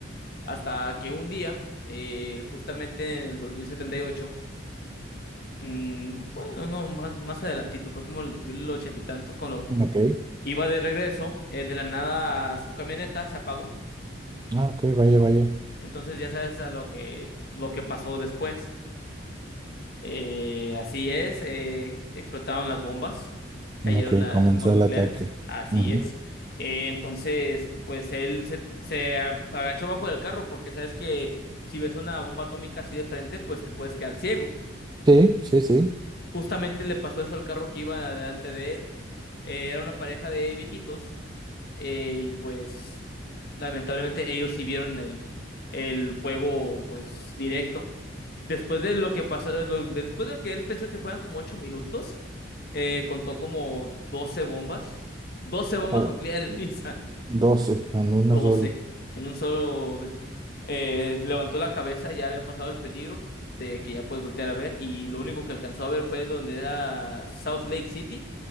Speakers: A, on the left; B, on the right.
A: hasta que un día, eh, justamente en el 2078, mm, bueno, no, más, más adelantito, fue como en el 2080 y tantos, cuando
B: Ok,
A: iba de regreso, eh, de la nada su camioneta se apagó,
B: ah, ok, vaya, vaya.
A: Entonces ya sabes a lo que, lo que pasó después. Eh, así es, eh, explotaron las bombas, cayeron
B: Ok,
A: las
B: comenzó
A: bombas nucleares,
B: el ataque.
A: así
B: Ujú.
A: es. Eh, entonces, pues él se, se a- agachó bajo del carro porque sabes que si ves una bomba atómica así de frente, pues te puedes quedar ciego.
B: Sí, sí, sí.
A: Justamente le pasó eso al carro que iba delante de él. Eh, era una pareja de viejitos eh, y pues lamentablemente ellos sí vieron el, el fuego pues directo. Después de lo que pasó, lo- después de lo que él pensó que fueran como ocho minutos, eh, contó como 12 bombas, doce bombas
B: Oh,
A: nucleares, <laughs> Misa,
B: 12 en una
A: 12.
B: sola.
A: en un solo... eh, levantó la cabeza, ya había pasado el peligro de que ya puede voltear a ver, y lo único que alcanzó a ver fue donde era South Lake City,